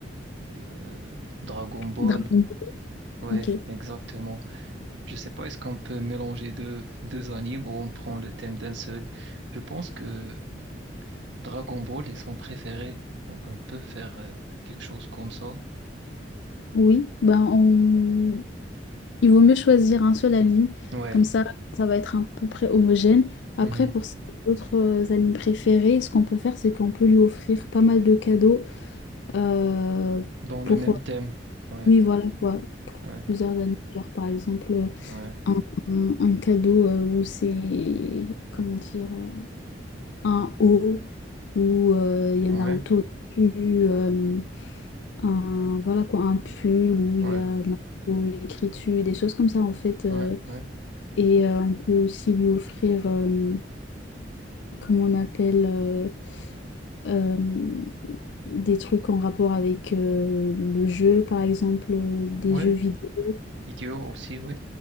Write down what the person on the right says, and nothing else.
euh, Dragon Ball.
Ouais,
exactement. Je sais pas, est-ce qu'on peut mélanger deux, deux animes ou on prend le thème d'un seul? Je pense que Dragon Ball est son préféré, donc on peut faire euh, quelque chose comme ça.
Ouais,
mhm.
Dans
le même thème. Ouais,
ouais,
ouais,
ouais,
ouais,
ouais, ouais,
ouais.
Vidéo aussi, ouais.